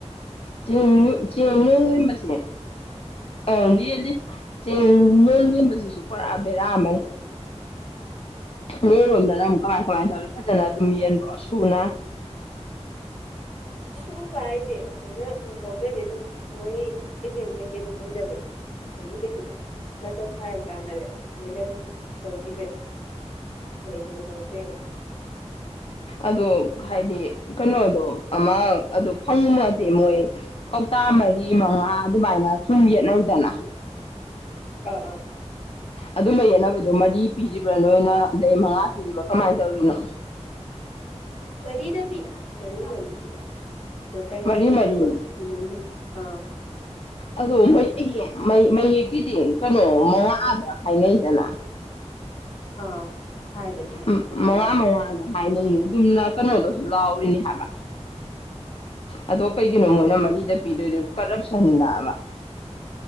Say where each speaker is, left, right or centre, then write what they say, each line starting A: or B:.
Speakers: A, on the left (about 55°); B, on the left (about 70°).
A: ꯆꯦꯡ ꯆꯦꯡ ꯅꯣꯡ ꯂꯦꯝꯕꯁꯦ ꯑ ꯌꯦꯦꯜꯂꯤ ꯆꯦꯡ ꯅꯨꯡ ꯂꯦꯝꯕꯁꯤꯁꯨ ꯄꯨꯔꯥ ꯕꯦꯔꯥ ꯑꯃꯅꯤ ꯃꯤꯔꯣꯝꯗꯅ ꯑꯃꯨꯛ ꯀꯃꯥꯏ ꯀꯃꯥꯏ ꯇꯧꯔꯤ ꯐꯖꯅ ꯑꯗꯨꯝ ꯌꯦꯟꯕ꯭ꯔꯣ ꯁꯨꯅ
B: ꯁꯨꯕ ꯍꯥꯏꯁꯦ ꯑꯩꯈꯣꯏꯅ ꯂꯨꯍꯧꯗ꯭ꯔꯗꯤ ꯑꯗꯨꯝ ꯃꯣꯏ ꯑꯦꯖꯦꯟꯉꯩꯒꯤ ꯑꯗꯨꯝ ꯑꯣꯏꯖꯕꯅꯤꯅ ꯅꯨꯃꯤꯠꯇꯨꯗ ꯃꯇꯝ ꯐꯥꯔꯛ ꯇꯥꯅꯔꯦꯗꯤ ꯃꯣꯏꯅ ꯑꯗꯨꯝ ꯇꯧꯈꯤꯕꯅꯤꯅ ꯂꯩꯩꯅꯤ ꯃ ꯎꯗ꯭ꯔꯦꯅ ꯍꯥꯏꯔ
A: ꯑꯣ ꯍꯥꯏꯗꯤ ꯀꯩꯅꯣꯗꯣ ꯑꯃ ꯑꯗꯨ ꯐꯪꯃꯗꯤꯦ ꯃꯣꯏ ꯀꯧꯇꯥ ꯃꯔꯤ ꯃꯉꯥ ꯑꯗꯨꯃꯥꯏꯅ ꯁꯨꯝ ꯌꯦꯠꯅꯩꯗꯅ
B: ꯑꯥ ꯑꯥ
A: ꯑꯗꯨ ꯂꯩꯌꯦꯅꯕ ꯃꯔꯤ ꯄꯤꯔꯤꯕ꯭ꯔꯥ ꯅꯣꯏꯅ ꯑꯗꯩ ꯃꯉꯥ ꯄꯤꯔꯤꯕ ꯀꯃꯥꯏꯅ ꯇꯧꯔꯤ <inaudible>
B: ꯃꯔꯤꯗ ꯄꯤꯗ ꯃꯔꯤꯔꯤ ꯄꯤꯗ ꯃꯔꯁꯤꯕ
A: ꯃꯔꯤ ꯃꯔꯤ
B: ꯏꯃꯦ ꯑꯥ
A: ꯑꯗꯣ ꯃ ꯃꯌꯦꯛꯀꯤꯗꯤ ꯀꯩꯅꯣ ꯃꯥꯗ ꯍꯥꯏꯅꯦ ꯏꯗꯅ
B: ꯑꯥ ꯍꯥꯏꯕꯅꯤ ꯍꯥꯏꯕꯅꯤ
A: ꯎꯝ
B: ꯃꯉꯥꯅꯤ
A: ꯃꯉꯥ ꯃꯉꯥꯗ ꯍꯥꯏꯅꯩꯅꯦ ꯑꯗꯨꯝꯅ ꯀꯩꯅꯣꯗꯁꯨ ꯂꯥꯎꯔꯤꯅꯦ ꯍꯥꯏꯕ ꯑꯗꯣ ꯀꯩꯒꯤꯅꯣ ꯃꯣꯏꯅ ꯃꯔꯤꯗ ꯄꯤꯗꯣꯏꯁꯕ ꯀꯔꯞꯁꯟ ꯂꯥꯛꯑꯕ